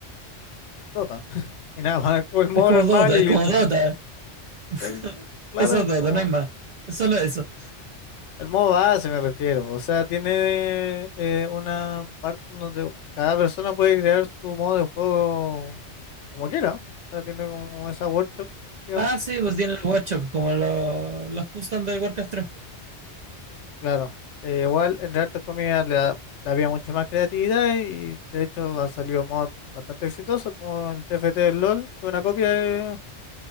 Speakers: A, on the left (about 80°); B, on the right (about 55°).
A: Dota. <laughs> Y nada más, es como el modo
B: Es como
A: normal
B: Dota,
A: y
B: es
A: listo.
B: como Dota.
A: <laughs>
B: <laughs>
A: Sí, claro,
B: Eso es
A: es
B: Dota,
A: como
B: no hay más. Es solo eso.
A: el modo base me refiero. O sea, tiene eh, una parte en donde cada persona puede crear su modo de juego como quiera. O sea, tiene como esa workshop, digamos.
B: Ah, sí, pues tiene el workshop, como lo- los custom del Warcraft 3. pues.
A: Claro, eh, igual en Real Comida le, da- le había mucha más creatividad y de hecho han salido mods bastante exitosos como el TFT del LOL, que es una copia de,